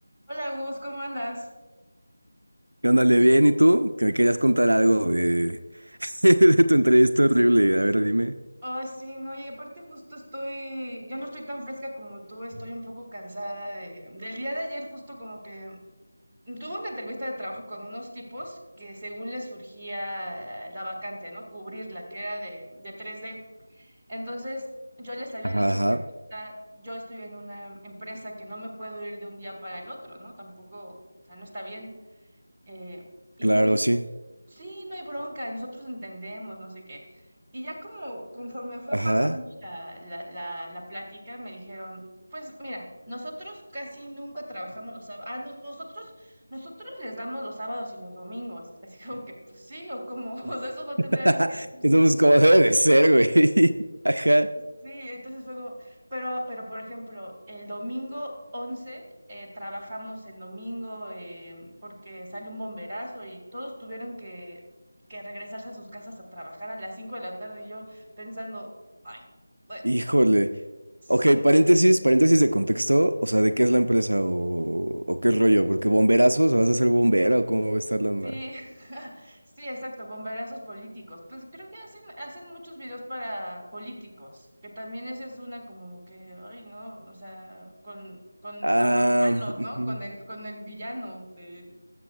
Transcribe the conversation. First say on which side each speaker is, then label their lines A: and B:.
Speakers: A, on the right; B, on the right.
A: Hola Gus, ¿cómo andas?
B: ¿Qué onda, le bien? ¿Y tú? Que me querías contar algo de, <laughs> de tu entrevista horrible. A ver, dime.
A: Oh sí, no, y aparte justo estoy, yo no estoy tan fresca como tú, estoy un poco cansada de, del día de ayer justo como que tuve una entrevista de trabajo con unos tipos que según les surgía eh, la vacante, ¿no? Cubrirla, que era de, de tres d Entonces yo les había
B: Ajá,
A: dicho
B: ajá,
A: que ahorita yo estoy en una empresa que no me puedo ir de un día para el otro, ¿no? Tampoco, o sea, no está bien. Eh, y
B: claro,
A: ellos,
B: sí.
A: sí, no hay bronca, nosotros entendemos, no sé qué. Y ya como conforme fue
B: Ajá.
A: pasando la, la, la, la plática, me dijeron, pues mira, nosotros casi nunca trabajamos los sábados, ah, no, nosotros, nosotros les damos los sábados y los domingos, así como que, pues sí, o como, <laughs> o sea, eso no
B: <laughs>
A: tendría ni que decirse,
B: entonces
A: ¿no?
B: pues como debe de ser, güey. <laughs> Ajá.
A: Sí, entonces fue como, pero, pero por ejemplo, el domingo 11 eh, trabajamos en domingo eh, porque sale un bomberazo y todos tuvieron que, que regresarse a sus casas a trabajar a las 5 de la tarde y yo pensando, ay, bueno,
B: Híjole.
A: sí.
B: Ok, paréntesis, paréntesis de contexto. O sea, ¿de qué es la empresa o, o qué rollo? Porque bomberazos, ¿vas a ser bombera o cómo va a estar la onda?
A: Sí, <laughs> sí, exacto, bomberazos políticos. Pues creo que hacen, hacen muchos videos para políticos, que también esa es una como que, ay, no, o sea, con, con,
B: Ah,
A: con los malos,
B: ujú.
A: ¿no? Con el, con el villano. De...